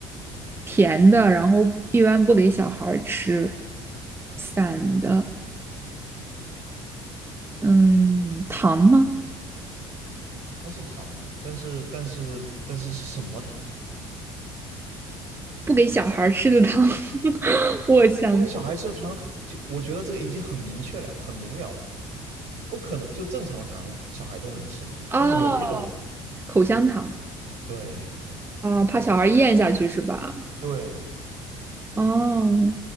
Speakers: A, on the right; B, on the right.
A: 甜的，然后一般不给小孩儿吃。散的，嗯，糖吗？
B: 它是糖，但是但是但是是什么糖？
A: 不给小孩儿吃的糖，<laughs> 我想
B: 我给小孩吃的糖很就，我觉得这个已经很明确了呀，很明了了呀，不可能就正常的糖小孩都能吃嘛，
A: 啊，
B: 但有一种糖，
A: 口香糖
B: 对
A: 啊，怕小孩儿咽下去是吧？
B: 对
A: 哦，